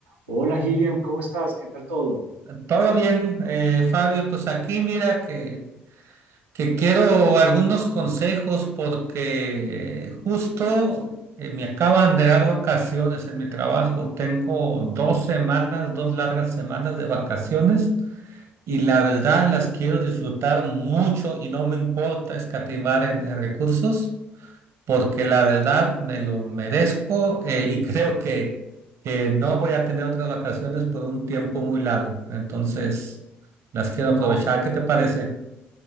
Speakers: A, on the right (about 85°); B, on the right (about 60°).
A: Hola, Hiriam, ¿cómo estás? ¿Qué tal todo?
B: Todo bien, eh, Fabio, pues aquí mira que, que quiero algunos consejos porque justo eh, me acaban de dar vacaciones en mi trabajo. Tengo dos semanas, dos largas semanas de vacaciones y la verdad las quiero disfrutar mucho y no me importa escatimar en en recursos porque la verdad me lo merezco eh, y <laughs> creo que, que no voy a tener otras vacaciones por un tiempo muy largo. Entonces, las quiero
A: No,
B: aprovechar. ¿Qué te parece?